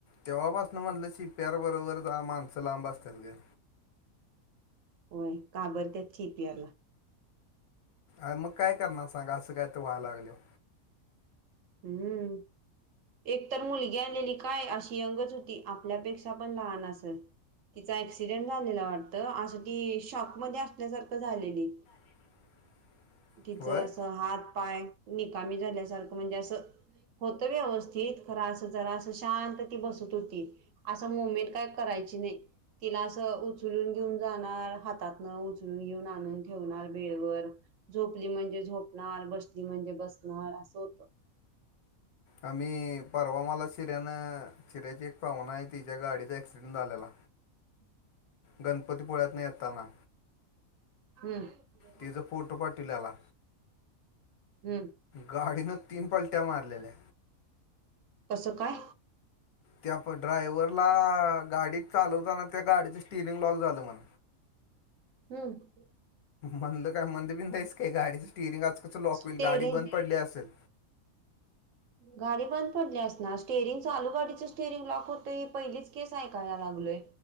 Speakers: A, on the left; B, on the right.
A: तेव्हापासणं म्हणलं सी पी आर बरोबर जा माणसं लांब असत्यात ग.
B: होय काबरत्यात ची टी आर ला.
A: आ मग काय करणार सांगा, असं काय तर व्हायला लागल्यावर.
B: उहूं. एक तर मुलगी आणलेली काय अशी यंगच होती. आपल्यापेक्षा पण लहान आसल. तिचा ऍक्सिडेंट झालेला वाटत, अगदी शॉक मध्ये असल्यासारखं झालेली.
A: <inaudible>
B: तिचं
A: होय
B: अस हात पाय निकामी झाल्यासारखं. म्हणजे असं होतं व्यवस्थित खरं असं जरा अस शांत ती बसत होती. असं मुवमेंट काही करायची नाही तिला असं उचलून घेऊन जाणार हातात न उचलून घेऊन आणून ठेवणार बेडवर झोपली म्हणजे झोपणार, बसली म्हणजे बसणार असं होत.
A: आम्ही परवा मला शिऱ्यान चिऱ्याची एक पाहुना आहे, तिच्या गाडीचा ऍक्सिडेंट झाल्याला.
B: <inaudible>
A: गणपतीपुळ्यातन येेताना.
B: <unintelligible>
A: तिचा पोटो पाठवल्याला.
B: हम्म
A: गाडीनं तीन पलट्या मारलेल्या.
B: कसं काय?
A: त्या प ड्रायव्हरला गाडी चालवताना, त्या गाडीचं स्टिरिंग लॉक झालं म्हण.
B: हम्म.
A: बंद काय मंदबिंद आहेस का काय? गाडीच स्टीअरिंग आजकालच लॉक
B: स्टेरिंग
A: होईल. गाडी बंद पडली असेल
B: गाडी बंद पडली असणार. स्टेरिंग चालू गाडीच स्टेरिंग लॉक होतंय ही पहिलीच केस ऐक काया लावलोय.